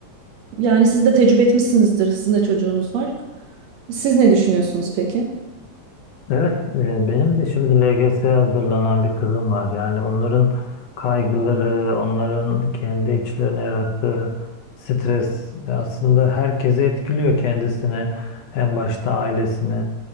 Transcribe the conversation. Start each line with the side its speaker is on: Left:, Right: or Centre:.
Right: Ee, yani siz de tecrübe etmişsinizdir. Sizin de çocuğunuz var. Siz ne düşünüyorsunuz peki?
Left: Evet, e, benim de şimdi LGS'ye hazırlanan bir kızım var. Yani onların kaygıları, onların kendi içlerine yarattığı stres e, aslında herkesi etkiliyor kendisini, en başta ailesini.